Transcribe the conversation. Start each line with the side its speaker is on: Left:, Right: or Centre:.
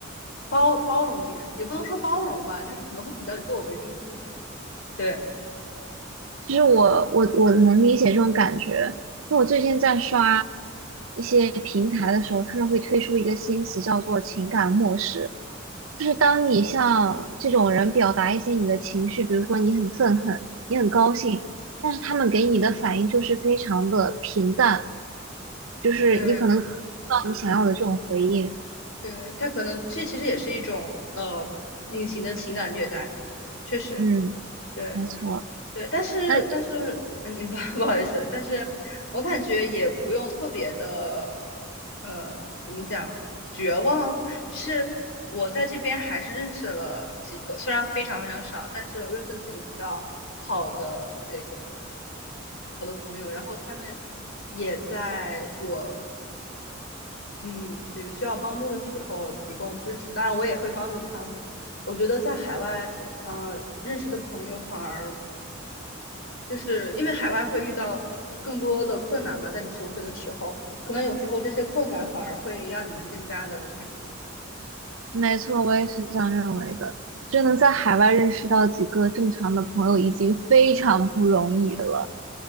Left: 包包容别人，也不能说包容吧，就是可能会比较以自我为中心，对。
Right: 其实我我我能理解这种感觉。那我最近在刷
Left: 嗯。
Right: 一些平台的时候，他们会推出一个新词叫做“情感漠视”，就是当你向这种人表达一些你的情绪，比如说你很愤恨，你很高兴，但是他们给你的反应就是非常的平淡，就是你可能得不到你想要的这种回应。
Left: 对对，他可能这其实也是一种呃隐形的情感虐待，确实，
Right: 嗯，
Left: 对
Right: 没错。
Left: 对，但是但是，
Right: 那
Left: 嗯，不 <laughs> 不好意思，但是我感觉也不用特别的，呃，怎么讲，绝望，就是我在这边还是认识了几个，虽然非常非常少，但是我认识了几个比较好的这个好的朋友，然后他们也在我嗯，这个需要帮助的时候提供支持，当然我也会帮助他们。我觉得在海外，呃，认识的朋友反而就是因为海外会遇到更多的困难嘛，在你求学的时候，可能有时候这些困难反而会让你们更加的团结。
Right: 没错，我也是这样认为的。就能在海外认识到几个正常的朋友，已经非常不容易了。